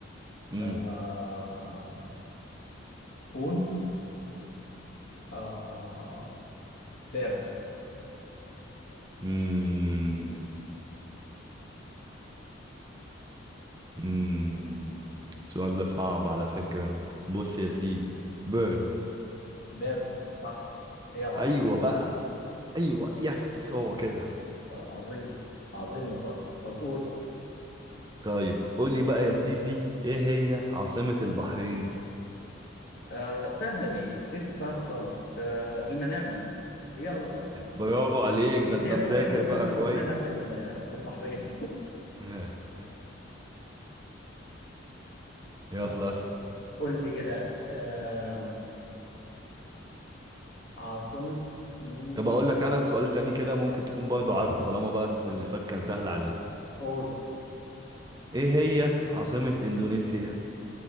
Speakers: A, on the right; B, on the left.
A: مم.
B: آه بون آه بيرن
A: مم. مم. السؤال ده صعب على فكرة بص يا سيدي بيرن
B: بيرن صح هي العاصمة
A: ايوه
B: السياسية
A: بقى ايوه يس هو كده
B: آه عظيم عظيم والله طب قول
A: طيب قولي بقى يا سيدي ايه هي عاصمة البحرين
B: آه سهلة دي اختيار سهلة خالص آه المنامة هي ال-
A: برافو عليك ده انت
B: هي
A: مذاكر
B: تقريبا الدولة
A: بقى كويس
B: كلها في ال- في البحرين
A: <laughs>
B: <laughs>
A: يلا
B: طيب
A: اسأل
B: قول لي كده آه عاصمة مين
A: طب اقول لك انا سؤال تاني كده ممكن تكون برضو عارفه طالما بقى است- اللي فات كان سهل عليك
B: قول
A: ايه هي عاصمة اندونيسيا